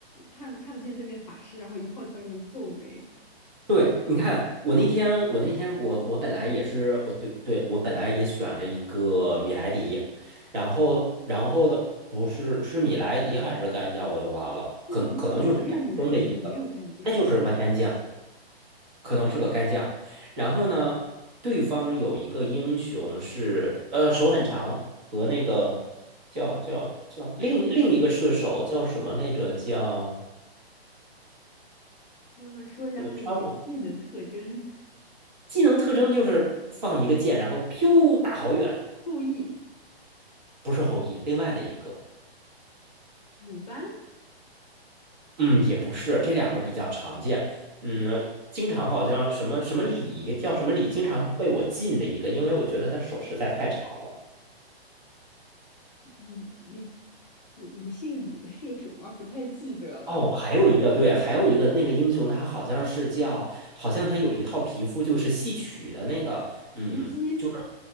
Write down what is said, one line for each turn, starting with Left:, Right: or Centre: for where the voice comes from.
Left: 看看不见对面法师，然后一套就把给你揍没。
Right: 对，你看，我那天，我那天我，我本来也是，我对对，我本来也选了一个米莱狄，然后然后的不是是米莱狄还是干将，我也忘了，
Left: 那里面好像没有米莱狄，
Right: 可可能就是两个中的一个，
Left: 也没有干将，
Right: 那就是蛮干将，可能是个干将。然后呢，对方有一个英雄是呃手很长和那个叫叫叫另另一个射手叫什么来着？叫
Left: 要不然说一下他的那个技能特征，
Right: 呃，川普技能特征就是放一个箭，然后飘打好远，
Left: 后羿、
Right: 不是后羿，另外的一个，
Left: 鲁班，
Right: 嗯，也不是，这两个比较常见，嗯，经常好像什么什么李叫什么李，经常被我禁的一个，因为我觉得他手实在太长了。
Left: 李你有有姓李的射手吗？不太记得了。
Right: 哦，还有一个对，还有一个那个英雄，他好像是叫，好像他有一套皮肤就是戏曲的那个，嗯，
Left: 虞嗯姬，
Right: 就是